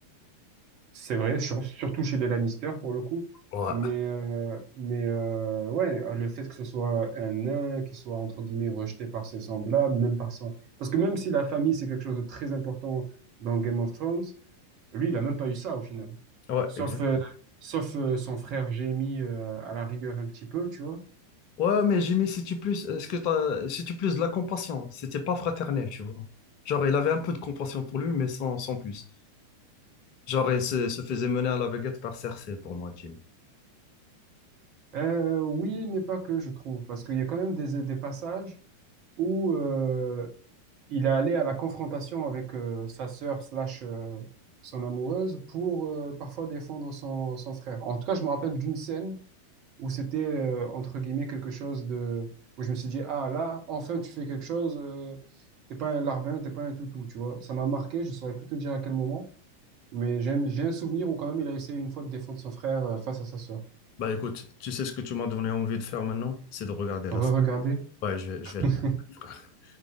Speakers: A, on the right; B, on the left.
A: C'est vrai, sur- surtout chez les Lannister pour le coup.
B: Ouais,
A: Mais, euh, mais euh, ouais, le fait que ce soit un nain, qui soit entre guillemets rejeté par ses semblables, même par son... Parce que même si la famille, c'est quelque chose de très important dans Game of Thrones, lui, il a même pas eu ça au final.
B: ouais,
A: Sauf,
B: exact.
A: euh, sauf euh, son frère Jaime euh, à la rigueur un petit peu, tu vois.
B: Ouais, mais Jimmy, si tu plus, est-ce que t'as, si tu plus de la compassion, c'était pas fraternel, tu vois. Genre, il avait un peu de compassion pour lui, mais sans, sans plus. Genre, il se, se faisait mener à la baguette par Cersei pour moi, Jimmy.
A: Euh, oui, mais pas que, je trouve. Parce qu'il y a quand même des, des passages où, euh, il est allé à la confrontation avec euh, sa sœur slash euh, son amoureuse pour euh, parfois défendre son, son frère. En tout cas, je me rappelle d'une scène où c'était euh, entre guillemets quelque chose de où je me suis dit ah là enfin tu fais quelque chose euh, t'es pas un larbin t'es pas un toutou tu vois ça m'a marqué je saurais plus te dire à quel moment mais j'aime j'ai un souvenir où quand même il a essayé une fois de défendre son frère euh, face à sa sœur
B: Bah écoute, tu sais ce que tu m'as donné envie de faire maintenant? C'est de regarder
A: re-regardez
B: la série. Ouais, je vais,
A: <laughs>
B: je vais la regarder, frère.